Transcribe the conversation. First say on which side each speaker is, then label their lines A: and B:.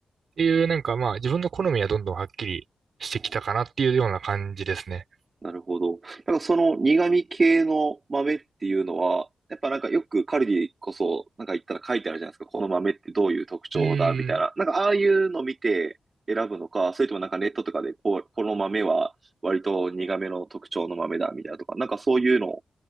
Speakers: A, on the right; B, on the right.
A: っていうなんかまあ自分の好みはどんどんはっきりしてきたかなっていうような感じですね。
B: あーなるほど。なんかその苦味系の豆っていうのは、やっぱなんかよくカルディこそ、なんか言ったら書いてあるじゃないですか。この豆ってどういう特徴だ、
A: うーん。
B: みたいな。なんかああいうの見て選ぶのか、それともなんかネットとかでこう、この豆は割と苦めの特徴の豆だ、みたいなとか。なんかそういうのを